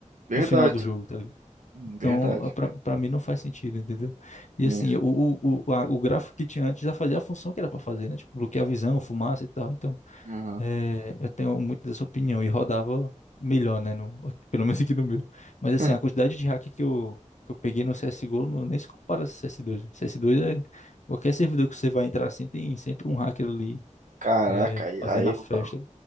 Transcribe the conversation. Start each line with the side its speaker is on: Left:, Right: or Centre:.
Right: verdade.
Left: no final do jogo, tá ligado?
Right: Hum,
Left: Então,
Right: Verdade.
Left: é, pra, pra mim não faz sentido, entendeu? E
Right: É.
Left: assim, o, o, o, a- o gráfico que tinha antes já fazia a função que era pra fazer, né? Tipo, bloquear a visão, fumaça e tal. Então,
Right: Aham.
Left: é, eu tenho muito dessa opinião e rodava melhor, né? No, <laughs> pelo menos aqui no meu. Mas
Right: <laughs>
Left: assim, a quantidade de hack que eu, que eu peguei no CSGO não, nem se compara ao CS2. cs dois C S dois é. Qualquer servidor que você vai entrar assim, tem sempre um hacker ali
Right: Caraca,
Left: é,
Right: aí,
Left: fazendo
Right: aí
Left: a
Right: não
Left: festa.
Right: dá.